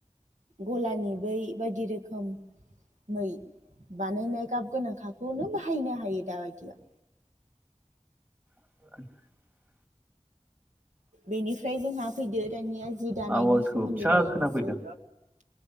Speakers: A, on the right; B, on the right.
A: गलानि बै बायदि रोखोम मै बानायनाय गाब गोनांखाखौनो बाहायनो हायो दा बायदियाव
B: <unintelligible>
A: बेनिफ्राय जोंहा फैदो दानिया जि दानायनि
B: आवाजखौ
A: सोमोन्दै
B: फिसा
A: दालायनोसै
B: खोनाफैदों